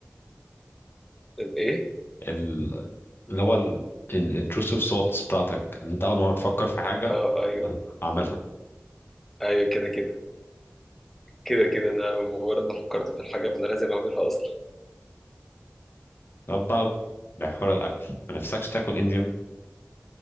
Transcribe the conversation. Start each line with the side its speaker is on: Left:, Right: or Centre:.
Centre: الإيه؟
Left: ال- اللي هو الانتروسيف صوت بتاعتك اللي انت اول ما بتفكر في حاجه
Centre: أه أيوه
Left: هعملها
Centre: أيوه كده كده كده كده أنا مجرد ما فكرت في الحاجة فأنا لازم أعملها أصلا
Left: طب بقى بحوار الاكل ما نفسكش تاكل انديان